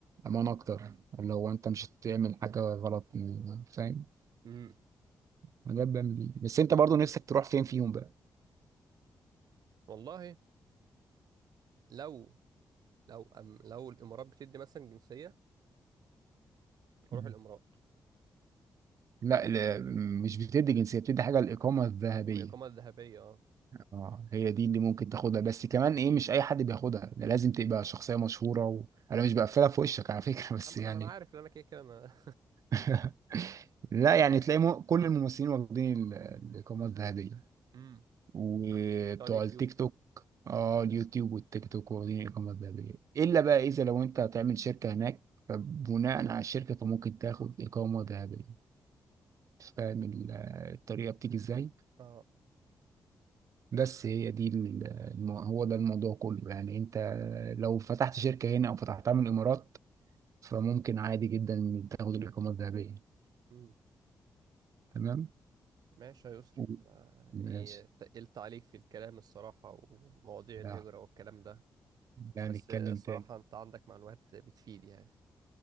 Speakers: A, on the right (about 50°); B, on the right (about 70°).
A: أمان أكتر لو أنت مش هتعمل حاجة غلط فاهم
B: امم
A: ده بيعمل إيه؟ بس أنت برضو نفسك تروح فين فيهم
B: والله لو لو أم لو الامارات بتدي مثلا جنسية هروح
A: بقى
B: الامارات
A: لا لا، مش بتدي جنسية بتدي حاجة الإقامة الذهبية
B: من الاقامة الذهبية اه
A: اه هي دي اللي ممكن تاخدها بس كمان إيه مش أي حد بياخدها ده لازم تبقى شخصية مشهورة و... أنا مش بقفلها في وشك على فكرة بس
B: اما
A: يعني
B: انا ما انا عارف ان انا كده كده ما
A: <laughs> لا يعني تلاقي م... كل الممثلين واخدين ال- الإقامة الذهبية
B: امم
A: وبتوع
B: <laughs> بتاع اليوتيوب
A: التيك توك اه اليوتيوب والتيك توك واخدين الإقامة الذهبية إلا بقى إذا لو أنت هتعمل شركة هناك فبناء على الشركة فممكن تاخد إقامة ذهبية فاهم ال- الطريقة بتيجي إزاي؟
B: اه
A: بس هي دي ال- الم- هو ده الموضوع كله يعني انت لو فتحت شركة هنا او فتحتها من الامارات فممكن عادي جدا تاخد الاقامة الذهبية
B: أمم.
A: تمام
B: ماشي يا يسري
A: و-
B: ما
A: ماشي
B: يعني تقلت عليك في الكلام الصراحة ومواضيع
A: ده
B: الهجرة والكلام ده
A: ده
B: بس
A: نتكلم
B: الصراحة
A: تاني
B: انت عندك معلومات بتفيد يعني